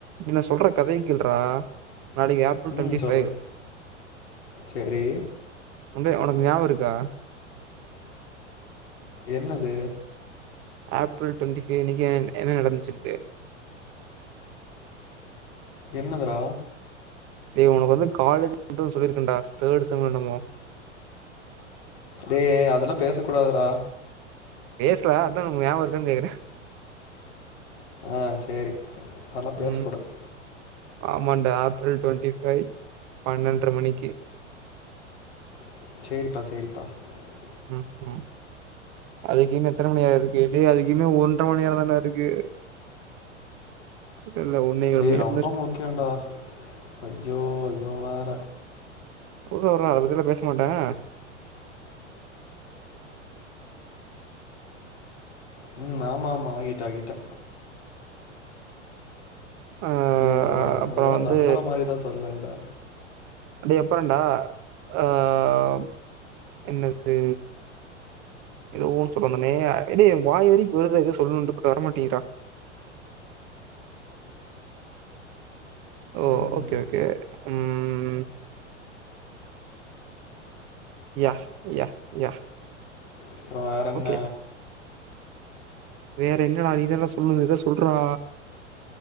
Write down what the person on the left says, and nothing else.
ம்
சொல்லு
சரி
என்னது
என்னதுடா
டேய் அதெல்லாம் பேச கூடாதுடா.
ஆஹ் சரி நல்லாம் பேசக்கூடாது
<inaudible>
ஏய்
ரொம்ப
முக்கியண்டா அய்யோ இவன் வேற
உம் ஆமா ஆமா <unintelligible>
ஐயோ
ஏதாவது
நம்புற மாதிரிதான் சொல்லேன்டா
ம்
அப்புறம் வேற என்ன